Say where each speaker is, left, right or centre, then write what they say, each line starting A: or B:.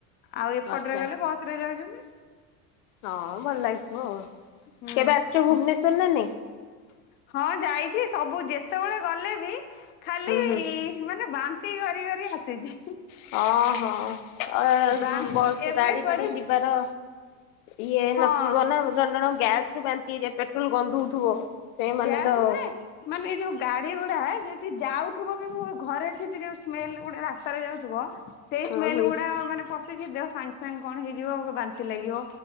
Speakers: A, on the left; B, on the left.
A: ଆଉ ଏପଟରେ
B: ଆଚ୍ଛା।
A: ଗଲେ ବସ ରେ ଯାଉଛନ୍ତି।
B: ହଁ ଭଲ ଲାଗିଥିବ ଆଉ
A: ହୁଁ
B: କେବେ ଆସିଛ ଭୁବନେଶ୍ଵର ନା ନାଇଁ?
A: ହଁ ଯାଇଛି। ସବୁ ଯେତେବେଳେ ଗଲେ ବି ଖାଲି
B: ହୁଁ ହୁଁ।
A: ମାନେ ବା ନ୍ତି କରି କରି ଆସିଛି।
B: ହଁ-ହଁ ଆ
A: ବାନ୍ତି
B: ବସ
A: ଏବେ
B: ଗାଡି
A: କୁଆଡେ
B: ଫାଡି ଯିବାର ଇଏ
A: ହଁ
B: ନଥିବ ନା, ଜଣେ ଜଣଙ୍କ ଗ୍ୟାସ ରୁ ବାନ୍ତି ହେଇଯାଏ ପେଟ୍ରୋଲ ଗନ୍ଧଉଥିବ। ସେଇମାନେ
A: ଗ୍ୟାସ୍
B: ତ
A: ନୁହେଁ ମାନେ ଏଇ ଯୋଉ ଗାଡ଼ି ଗୁଡ଼ା ଯଦି ଯାଉଥିବ ବି ମୁଁ ଘରେ ଥିବି ଯୋଉ ସ୍ମେଲ ଗୁଡ଼ା ରାସ୍ତାରେ ଯାଉଥିବ ସେଇ
B: ହଁ
A: ସ୍ମେଲ
B: ହୁଁ।
A: ଗୁଡ଼ା ମାନେ ପଶିକି ଦେହ ସାଙ୍ଗେ ସାଙ୍ଗେ କଣ ହେଇଯିବ ବାନ୍ତି ଲାଗିବ